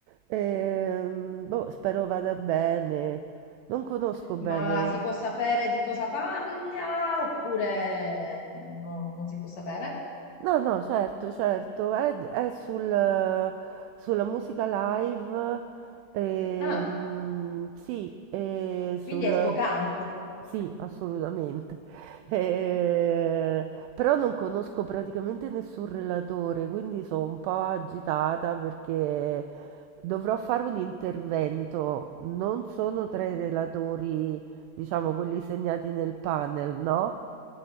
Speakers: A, on the right; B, on the left.
A: Ehm, boh, spero vada bene. Non conosco bene.
B: Ma si può sapere di cosa parla oppure eh, no, non si può sapere?
A: No, no, certo, certo, è, è sul- sulla musica live, ehm,
B: Ah,
A: sì, e sul...
B: quindi è il tuo campo.
A: Sì, assolutamente. Eh, però non conosco praticamente nessun relatore, quindi sono un po' agitata perché dovrò fare un intervento.
B: Mm.
A: Non sono tra i relatori diciamo quelli segnati nel panel, no?